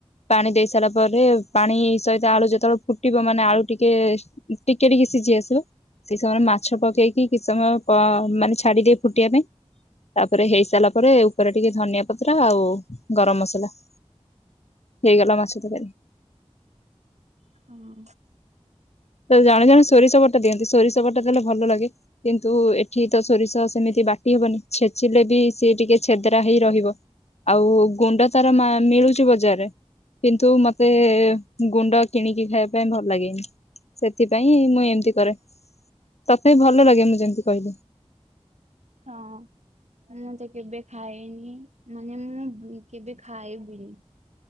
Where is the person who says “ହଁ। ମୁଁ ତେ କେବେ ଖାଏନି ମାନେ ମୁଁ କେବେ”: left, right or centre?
Right